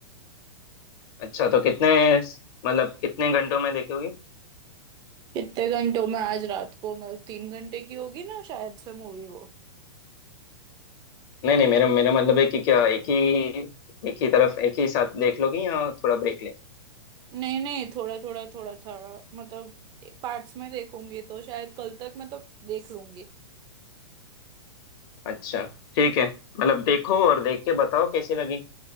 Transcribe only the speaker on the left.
अच्छा तो कितने मतलब कितने घंटों में देखोगी
नहीं नहीं मेरा मेरा मतलब है कि क्या एक ही एक ही तरफ एक ही साथ देख लोगी या थोड़ा ब्रेक लेके
अच्छा ठीक है मतलब देखो और देख के बताओ कैसी लगी